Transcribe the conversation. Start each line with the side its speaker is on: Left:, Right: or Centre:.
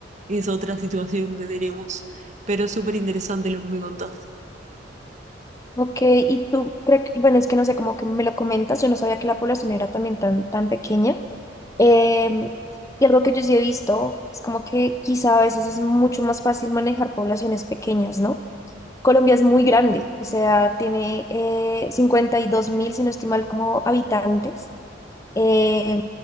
Right: es otra situación que tenemos. Pero es súper interesante lo que me contás.
Left: ok. Y tú, creo que- bueno, es que no sé, como que me lo comentas, yo no sabía que la población era también tan, tan pequeña. Em, y algo que yo sí he visto es como que quizá a veces es mucho más fácil manejar poblaciones pequeñas, ¿no? Colombia es muy grande, o sea, tiene eh, cincuenta y dos mil, si no estoy mal, como habitantes. eh,